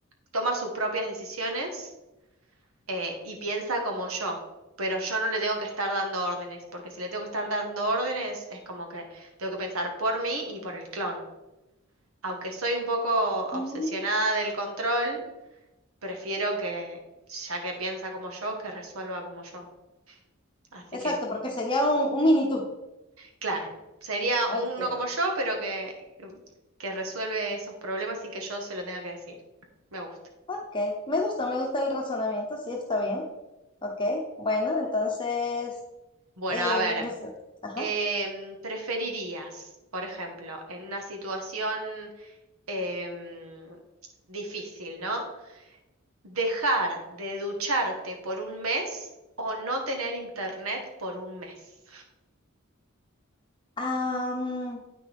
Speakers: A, on the right; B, on the left.
A: toma sus propias decisiones eh, y piensa como yo. Pero yo no le tengo que estar dando órdenes, porque si le tengo que estar dando órdenes, es como que tengo que pensar por mí y por el clon. Aunque soy un poco obsesionada
B: mm,
A: del control, prefiero que, ya que piensa como yo, que resuelva como yo. Así
B: exacto,
A: que,
B: porque sería un, un mini tú.
A: claro, sería
B: Ok,
A: uno como yo, pero que, que resuelve esos problemas sin que yo se lo tenga que decir. Me gusta.
B: ok. Me gusta, me gusta el razonamiento, sí, está bien. Ok, bueno, entonces...
A: Bueno,
B: eh,
A: a ver,
B: no sé, ajá.
A: em, ¿preferirías, por ejemplo, en una situación em, difícil, ¿no? Dejar de ducharte por un mes o no tener internet por un mes.
B: Am,